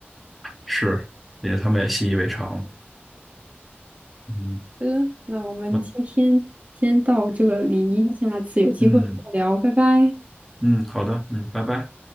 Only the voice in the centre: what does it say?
是，也他们也习以为常了。嗯，
好，
嗯
嗯，好的，嗯，拜拜。